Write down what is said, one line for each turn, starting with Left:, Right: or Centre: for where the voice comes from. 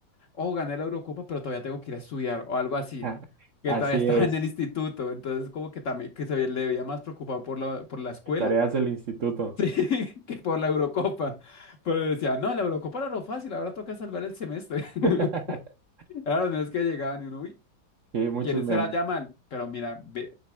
Left: oh, gané la Eurocopa, pero todavía tengo que ir a estudiar o algo así.
Right: <laughs>
Left: Que
Right: Así
Left: él todavía estaba
Right: es.
Left: en el instituto, entonces como que también que se ve- le veía más preocupado por la, por la escuela
Right: Tareas del instituto.
Left: Sí, <laughs> que por la Eurocopa. Pero decía, no, la Eurocopa era lo fácil, ahora toca salvar el semestre. <laughs>
Right: <laughs>
Left: Era las veces que llegaban y uno, uy,
Right: Sí, muchos
Left: ¿quién
Right: memes.
Left: será ya mal? Pero mira, ve-